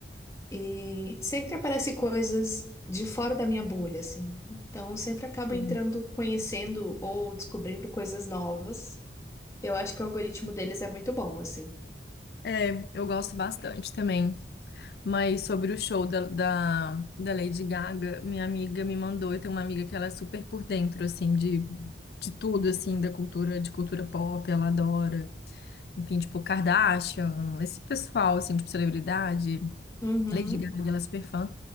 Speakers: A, on the left (about 15°); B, on the left (about 60°).
A: E sempre aparece coisas de fora da minha bolha, assim. Então, sempre acabo
B: sim.
A: entrando, conhecendo ou descobrindo coisas novas. Eu acho que o algoritmo deles é muito bom, assim.
B: É, eu gosto bastante também. Mas sobre o show da, da, da Lady Gaga, minha amiga me mandou. Eu tenho uma amiga que ela é super por dentro, assim, de, de tudo, assim, da cultura, de cultura pop, ela adora. Enfim, tipo, Kardashian, esse pessoal, assim, tipo, celebridade,
A: Uhum.
B: Lady Gaga, ela é super fã.